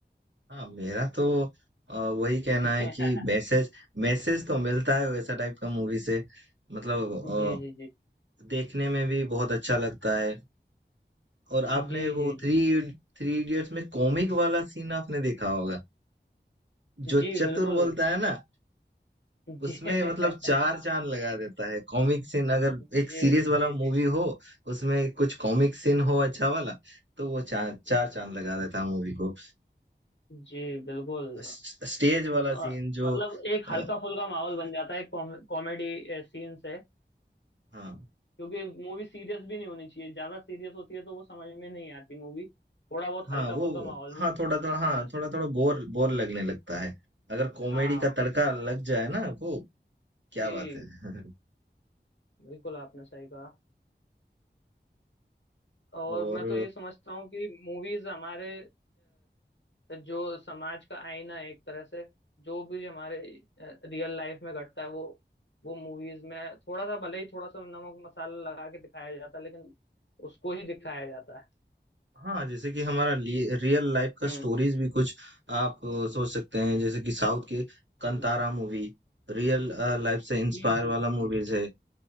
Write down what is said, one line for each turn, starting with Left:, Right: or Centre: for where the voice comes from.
Right: हाँ मेरा तो अ, वही कहना
Left: <laughs>
Right: है कि मैसेज मैसेज तो मिलता है वैसा टाइप का मूवी से मतलब
Left: जी जी जी
Right: देखने में भी बहुत अच्छा लगता है और आपने
Left: जी
Right: वो
Left: जी जी
Right: थ्री थ्री इडियट्स में कॉमिक वाला सीन आपने देखा होगा जो
Left: जी
Right: चतुर
Left: बिल्कुल
Right: बोलता है ना
Left: जी
Right: उसमें
Left: <laughs>
Right: मतलब चार चांद लगा देता है कॉमिक सीन अगर
Left: जी
Right: एक सीरियस
Left: जी
Right: वाला मूवी
Left: जी
Right: हो उसमें कुछ कॉमिक सीन हो अच्छा वाला तो वो चार चार चांद लगा देता है मूवी को
Left: जी बिल्कुल
Right: स- स्टेज वाला
Left: आ,
Right: सीन जो
Left: मतलब एक हल्का
Right: अ,
Left: फुल्का माहौल बन जाता है कॉमेडी सीन से
Right: हाँ
Left: क्योंकि मूवी सीरियस भी नहीं होनी चाहिए ज्यादा सीरियस होती है तो वो समझ में नहीं आती मूवी थोड़ा बहुत
Right: हाँ
Left: हल्का
Right: वो
Left: फुल्का माहौल भी
Right: हाँ थोड़ा थोड़ा हाँ
Left: होना चाहिए
Right: थोड़ा थोड़ा बोर बोर लगने लगता है अगर कॉमेडी
Left: हाँ
Right: का तड़का लग जाए ना वो क्या
Left: जी
Right: बात है <laughs>
Left: बिल्कुल आपने सही कहा और
Right: और
Left: मैं तो ये समझता हूँ कि मूवीज हमारे तो जो समाज का आईना है एक तरह से जो भी हमारे रियल लाइफ में घटता है वो वो मूवीज में थोड़ा सा भले ही थोड़ा सा नमक मसाला लगा के दिखाया जाता है लेकिन उसको ही दिखाया जाता है
Right: हाँ जैसे कि हमारा रियल लाइफ का
Left: हम्म
Right: स्टोरीज भी कुछ आप अ, सोच सकते हैं जैसे कि साउथ के कंतारा
Left: हम्म,
Right: मूवी रियल लाइफ से
Left: जी
Right: इंस्पायर
Left: जी
Right: वाला
Left: जी जी
Right: मूवीज है